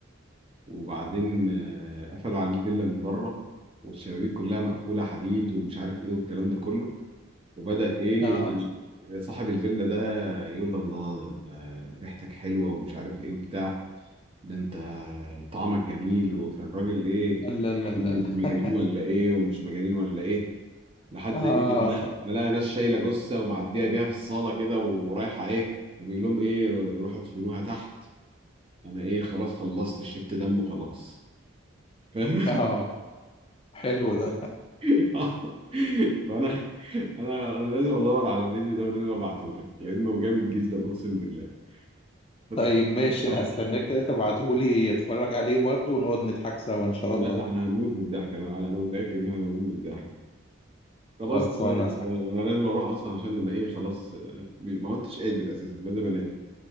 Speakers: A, on the right; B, on the left.
A: وبعدين آه، قفلوا عليه الفيلا من بره والشبابيك كلها مقفولة حديد ومش عارف ايه والكلام ده كله وبدأ ايه
B: اه
A: صاحب الفيلا ده يقول له، الله ده انت ريحتك حلوة ومش عارف ايه وبتاع ده انت طعمك جميل و- فالراجل ايه
B: لا لا لا
A: قال لي
B: لا
A: انتوا مجانين ولا ايه ومش مجانين ولا ايه لحد
B: اه
A: ايه ما لقى ناس شايلة جثة ومعدية بيها في الصالة كده ورايحة ايه فبيقول لهم ايه روحوا ادفنوها تحت انا ايه خلاص خلصت شربت دم وخلاص فاهم
B: اه حلو ده
A: <laughs> آه. فانا انا انا لازم ادور على الفيديو ده ولازم ابعته لك لانه جامد جدا اقسم بالله فتخ...
B: طيب ماشي
A: <laughs>
B: انا هستناك كده تبعتهولي اتفرج عليه برضه ونقعد نضحك سوا ان شاء
A: لا
B: الله
A: ده احنا هنموت من الضحك انا انا أنا متاكد ان احنا هنموت من الضحك خلاص
B: خلصانه
A: تمام
B: صح
A: انا لازم اروح اصلا عشان انا ايه خلاص آه، ما عدتش قادر اساسا لازم انام